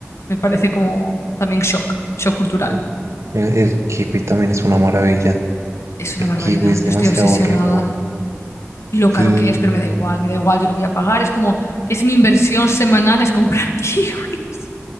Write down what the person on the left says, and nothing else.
me parece como también shock, shock cultural.
Es
una barbaridad,
yo
estoy obsesionada.
Y lo
caro que es, pero me da igual, me da igual, yo lo voy a pagar. Es como, es mi inversión semanal, es comprar <laughs> kiwis.